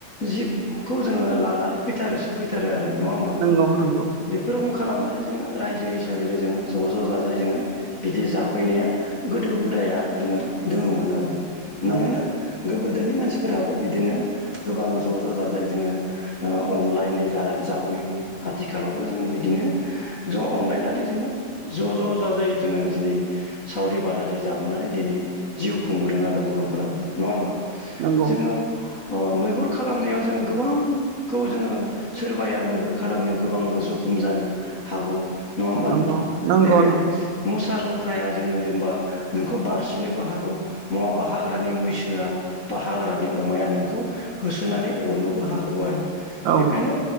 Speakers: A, on the left; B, on the right.
A: जिबखौ जोङो लानानै फैथारोसो फैथार थारो आरो नङा होमबा
B: नंगौ नंगौ
A: बेफोर रोखोम खालामनानै जोङो रायजो हिसाबैनो जोङो ज' ज' जाजाय जोङो बिदि जाफैनाया गोदो हुदाया जोङो दोङोमोन आरो मानोना
B: नंगौ
A: गोबोदोनि मानसिफोराबो बिदिनो गोबां ज' ज' जाजाय जोङो ओ अनलायना जा जाबोयोमोन आथिखालावबो जोङो बिदिनो ज' अनलायनानै जोङो ज' ज' जा जाय जोङो दिनै सावरि बादालि जाबोनानै दिनै जिउ खुंबोदों आरो बर'फोराबो नङा होमबा
B: नंगौ
A: जोङो मैहुर खालामनायाव जोङो गोबांखौ जोङो सोरबाया मैहुर खालामनायाव गोबांबो जखम जानो हागौ नङा होमबा
B: नंगौ
A: नोंथां
B: नंगौ
A: जेरै
B: नंगौ
A: मोसा लख्राया जोङो जेनेबा नोंखौ बारसिननोबो हागौ नङाबा हाग्रानि मैसोआ बा हाग्रानि अमाया नोंखौ होसोनानै अरनोबो हागौ आरो
B: औ
A: बेखायनो